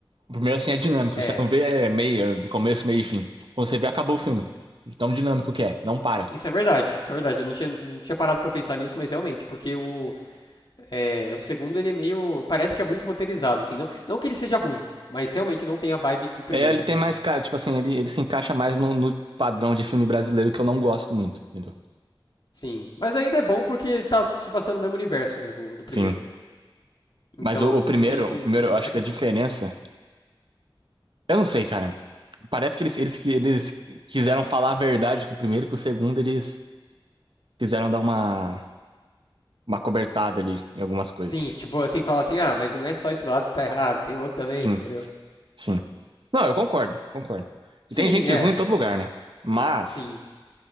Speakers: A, on the right; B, on the left.
A: O primeiro, assim, é dinâmico,
B: É,
A: você não vê é, meio, é, começo, meio e fim. Quando você vê, acabou o filme. De tão dinâmico que é, não para.
B: isso- isso é verdade, isso é verdade. Eu não tinha, não tinha parado pra pensar nisso, mas realmente, porque o, é, o segundo ele é meio, parece que é muito roteirizado, assim. Não, não que ele seja ruim, mas realmente não tem a vibe do primeiro,
A: É, ele
B: assim.
A: tem mais,
B: não-
A: cara, tipo assim, ele, ele se encaixa mais no, no padrão de filme brasileiro que eu não gosto muito, entendeu?
B: sim, mas ainda é bom porque tá se passando no mesmo universo, né, do, do primeiro.
A: Sim.
B: Então,
A: Mas o, o primeiro,
B: então tem esse,
A: o
B: esse-
A: primeiro, eu
B: essa
A: acho que
B: questão.
A: a diferença. Eu não sei,
B: Hum.
A: cara. Parece que eles, eles, que eles quiseram falar a verdade com o primeiro, que o segundo eles quiseram dar uma uma cobertada ali em algumas coisas.
B: Sim, tipo assim, fala assim, ah, mas não é só esse lado que tá errado, tem o outro também,
A: Sim,
B: entendeu?
A: sim. Não, eu concordo, concordo.
B: Sim,
A: E tem gente
B: é,
A: ruim em todo lugar, né? Mas,
B: sim.